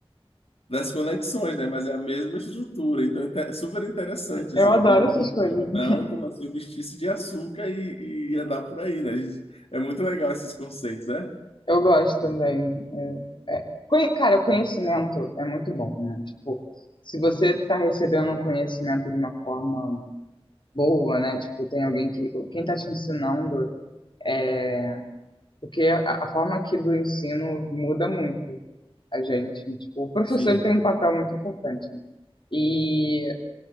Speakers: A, on the left (about 75°); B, on the left (about 55°).
A: das conexões, né? Mas é a mesma estrutura, então é inte- super interessante,
B: Eu
A: assim,
B: adoro
A: né? comprar
B: essas
A: um roupa
B: coisas.
A: de algodão
B: <laughs>
A: e começar a vestir-se de açúcar e, e andar por aí, né? A gente- é muito legal esses conceitos, né?
B: Eu gosto também. É, é. Conhe- Cara, conhecimento é muito bom, né? Tipo, se você tá recebendo um conhecimento de uma forma boa, né? Tipo, tem alguém que. Quem tá te ensinando. é, Porque a, a forma aqui do ensino muda muito a gente. Tipo, o professor
A: Sim.
B: ele tem um papel muito importante. né? E,